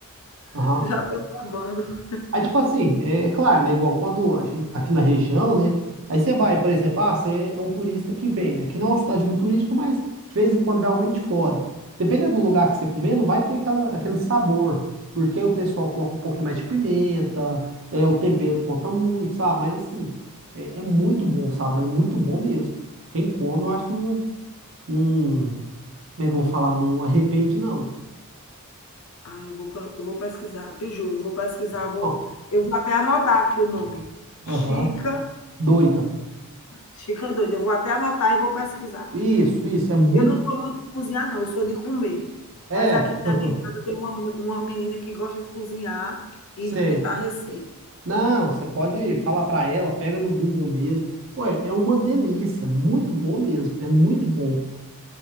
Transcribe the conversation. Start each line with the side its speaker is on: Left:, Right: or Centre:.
Left: <laughs>
Right: Aham.
Left: Já estou babando.
Right: Aí, tipo assim, é, é claro, né? Igual quando a gente- aqui na região, né? Aí você vai, por exemplo, ah, você é um turista que vem, né? Que não é uma cidade muito turística, mas de vez em quando vem alguém de fora. Dependendo do lugar que você comer, não vai ter aquela, aquele sabor. Porque o pessoal coloca um pouquinho mais de pimenta, é, o tempero conta muito, sabe? Mas assim, é, é muito bom, sabe? Mas muito bom mesmo. Quem come, eu acho que não. Não, como é que eu vou falar? Não arrepende, não.
Left: Ai, eu vou, pro- eu vou pesquisar, te juro, vou pesquisar, vou,
Right: Não.
Left: eu vou até anotar aqui o nome.
Right: Aham.
Left: Chica,
Right: Doida.
Left: Chica doida, eu vou até anotar e vou pesquisar.
Right: Isso, isso. É muito.
Left: Eu não sou muito de cozinhar, não, eu sou de comer.
Right: É.
Left: Mas aqui na
Right: <laughs>
Left: minha casa tem uma, uma menina que gosta de cozinhar e
Right: Sei.
Left: inventar receita.
Right: Não, você pode falar pra ela, pega no Google mesmo. Ué, é uma delícia. Muito bom mesmo. É muito bom.